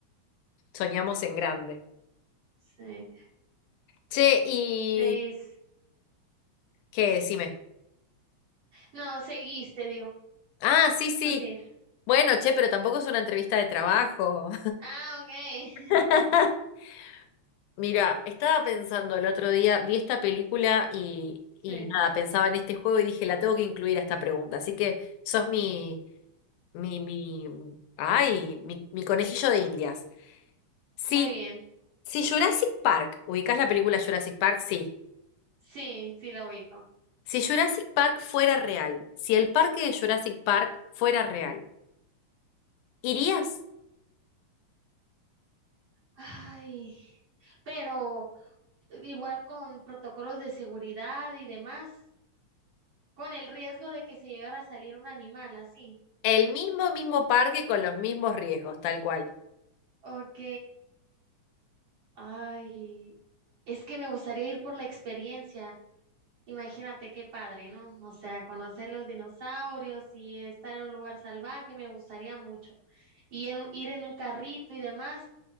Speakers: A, on the left; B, on the right.
A: soñamos en grande.
B: Sí,
A: Che, y...
B: seis.
A: ¿Qué? Decime.
B: No, seguiste, digo.
A: Ah, sí, sí.
B: Tú sí.
A: Bueno, che, pero tampoco es una entrevista de trabajo.
B: Ah, ok.
A: <laughs>
B: <laughs>
A: Mira, estaba pensando el otro día, vi esta película y,
B: Sí,
A: y nada, pensaba en este juego y dije, la tengo que incluir a esta pregunta. Así que sos mi, mi, mi, ay, mi, mi conejillo de Indias. Si
B: muy bien.
A: Si Jurassic Park, ubicás la película Jurassic Park, sí.
B: Sí, sí la ubico.
A: Si Jurassic Park fuera real, si el parque de Jurassic Park fuera real, ¿irías?
B: Ay, pero igual con protocolos de seguridad y demás. Con el riesgo de que se llegara a salir un animal así.
A: El mismo, mismo parque con los mismos riesgos, tal cual.
B: Ok. Ay, es que me gustaría ir por la experiencia. Imagínate qué padre, ¿no? O sea, conocer los dinosaurios y estar en un lugar salvaje, me gustaría mucho. Y en un- ir en un carrito y demás,